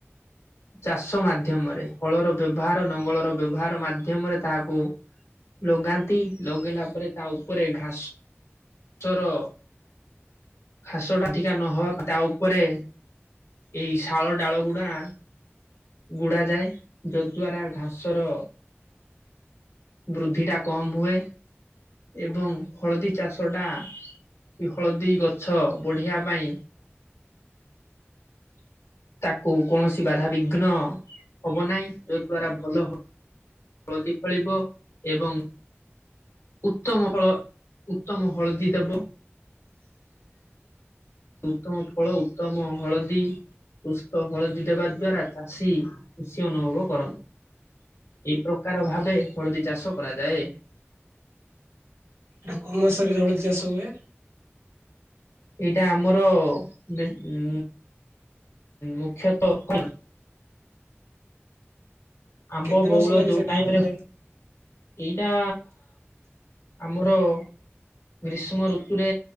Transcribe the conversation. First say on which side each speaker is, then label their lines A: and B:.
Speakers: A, on the left (about 80°); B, on the right (about 80°).
A: ଚାଷ ମାଧ୍ୟମରେ ହଳର ବ୍ୟବହାର ନଙ୍ଗଳର ବ୍ୟବହାର ମାଧ୍ୟମରେ ତାହାକୁ ଲଗାନ୍ତି ଲଗେଇଲା ପରେ ତା ଉପରେ ଘାସଚର ଘାସ କାଠିକା ନହବା ତା ଉପରେ ଏଇ ଶାଳ ଡାଳ ଗୁଡା ଗୁଡାଯାଏ ଯଦ୍ଵାରା ଘାସ ର ବୃଦ୍ଧି ଟା କମ ହୁଏ ଏବଂ ହଳଦୀ ଚାଷ ଟା କି ହଳଦୀ ଗଛ ବଢ଼ିବା ପାଇଁ
B: <inaudible>
A: ତାକୁ କୌଣସି ବାଧାବିଘ୍ନ ହବ ନାହିଁ ଯ ଦ୍ଵାରା ଭଲ ହ ହଳଦୀ ଫଳିବ ଏବଂ ଉତ୍ତମ ହଳ ଉତ୍ତମ ହଳଦୀ ଦେବ
B: <inaudible>
A: ଉତ୍ତମ ଫଳ ଉତ୍ତମ ହଳଦୀ ସୁସ୍ଥ ହଳଦୀ ଦେବା ଦ୍ଵାରା ଚାଷୀ ଖୁସି ଅନୁଭବ କରନ୍ତି। ଏହି ପ୍ରକାର ଭାବେ ହଳଦୀ ଚାଷ କରାଯାଏ।
B: ଏଟା କୋଉ ମାସରେ ହଳଦୀ ଚାଷ ହୁଏ?
A: ଏଇଟା ଆମର ବେସ ଉ ମୁଖ୍ୟତଃ ଜଣେଇ ଆମ୍ବ
B: କେତେ
A: ବଉଳ
B: ମାସ ଲାଗେ
A: ଯୋଉ
B: ସେଇଟା
A: ଟାଇମରେ
B: ହେବା ପାଇଁ
A: ଏଇଟା ଆମର ଗ୍ରୀଷ୍ମ ଋତୁରେ